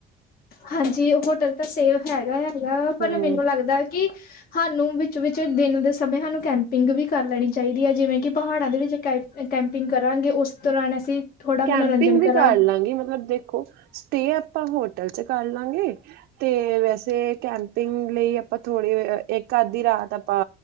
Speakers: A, on the left; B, on the right.
A: ਹਾਂਜੀ ਹੋਟਲ ਤਾਂ ਸੇਫ ਹੈਗਾ ਹੈਗਾ, ਵਾ ਪਰ
B: ਹਮ
A: ਮੈਨੂੰ ਲੱਗਦਾ ਕਿ ਸਾਨੂੰ ਵਿੱਚ ਵਿਚ ਦਿਨ ਦੇ ਸਮੇਂ ਸਾਨੂੰ ਕੈਂਪਿੰਗ ਵੀ ਕਰ ਲੈਣੀ ਚਾਹੀਦੀ ਹੈ, ਜਿਵੇਂ ਕਿ ਪਹਾੜਾਂ ਦੇ ਵਿੱਚ ਕ ਕੈਂਪਿੰਗ ਕਰਾਂਗੇ ਉਸ ਦੌਰਾਨ ਅਸੀਂ, ਥੋੜ੍ਹਾ
B: ਕੈਂਪਿੰਗ
A: ਮਨੋਰੰਜਨ
B: ਵੀ
A: ਕਰਾਂ
B: ਕਰ ਲਾਂਗੀ, ਮਤਲਬ ਦੇਖੋ ਸਟੇ ਆਪਾਂ ਹੋਟਲ ਚ ਕਰ ਲਾਂਗੇ। ਤੇ ਵੈਸੇ ਕੈਂਪਿੰਗ ਲਈ ਆਪਾਂ ਥੋੜ੍ਹੇ ਇੱਕ ਅੱਧੀ ਰਾਤ ਆਪਾਂ